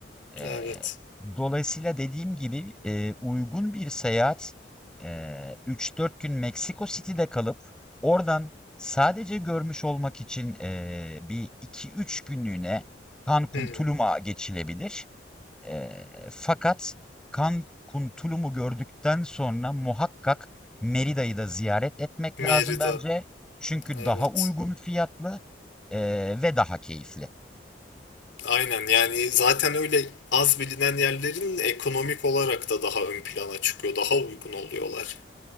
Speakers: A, in the centre; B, on the left.
A: Eee,
B: Evet.
A: dolayısıyla dediğim gibi eee, uygun bir seyahat eee 3-4 gün Meksiko City'de kalıp oradan sadece görmüş olmak için eee, bir iki üç günlüğüne Cancun,
B: Hmm.
A: Tulum'a geçilebilir. Eee, fakat Cancun, Tulum'u gördükten sonra muhakkak Merida'yı da ziyaret etmek
B: Merida.
A: lazım bence. Çünkü
B: Evet.
A: daha uygun fiyatlı eee, ve daha keyifli.
B: Aynen yani zaten öyle az bilinen yerlerin ekonomik olarak da daha ön plana çıkıyor. Daha uygun oluyorlar.